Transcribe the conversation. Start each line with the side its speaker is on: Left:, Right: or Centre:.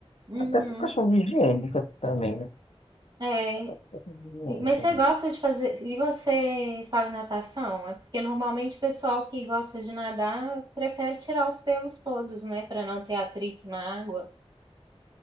Right: Uhum.
Left: Até por questão de higiênica também, né?
Right: É.
Left: Até por questão de higiene
Right: E- Mas
Left: também.
Right: você gosta de fazer. E você faz natação? É porque normalmente o pessoal que gosta de nadar prefere tirar os pelos todos, né? Pra não ter atrito na água.